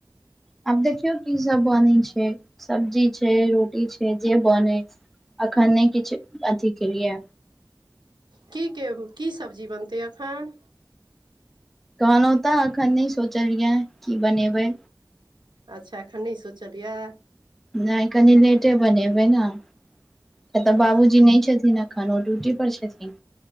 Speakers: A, in the centre; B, on the right.
A: आब देखियौ की सब बनय छै सब्जी छै रोटी छै जे बनय अखन नहि किछु अथी केलिये
B: कीके की सब्जी बनते अखन
A: कहलहुँ तऽ अखन नहि सोचलिय कि बनेबै
B: अच्छा एखन सोचलियए
A: नहि कनि लेटे बनेबै ना कियाक
B: अच्छा
A: तँ बाबूजी नहि छथिन एखन ओ ड्यूटी पर छथिन